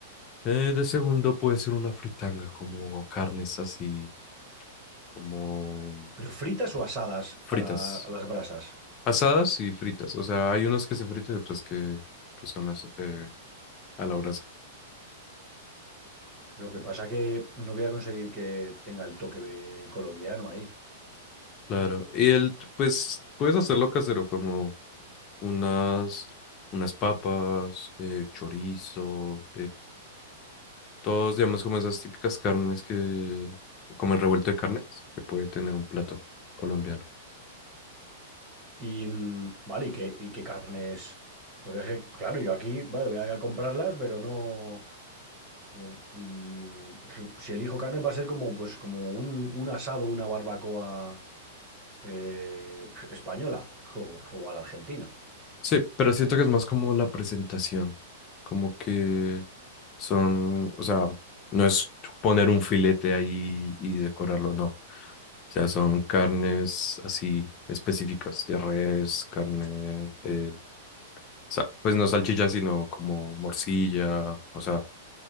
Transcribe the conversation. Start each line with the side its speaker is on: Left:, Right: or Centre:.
Left: Eh, de segundo puede ser una fritanga, como carnes así, como
Right: Pero fritas o asadas
Left: fritas.
Right: a, la- a las brasas.
Left: Asadas y fritas. O sea, hay unas que se fritan y otras que, que son las eh, a la brasa.
Right: Lo que pasa que no voy a conseguir que tenga el toque de colombiano ahí.
Left: Claro. Y el, pues, puedes hacerlo casero, como unas, unas papas, eh, chorizo, Todos, digamos, como esas típicas carnes que, como el revuelto de carnes, que puede tener un plato colombiano.
Right: Y mm, vale, ¿y qué, y qué carnes? Porque es que, claro, yo aquí, vale, voy a ir a comprarlas, pero no, no, mm, si elijo carne va a ser como, pues, como un, un asado, una barbacoa eh, española o, o a la argentina.
Left: Sí, pero siento que es más como la presentación, como que son, o sea, no es poner un filete ahí y decorarlo, no. O sea, son carnes así específicas, de res, carne, eh, o pues no salchicha, sino como morcilla, o sea,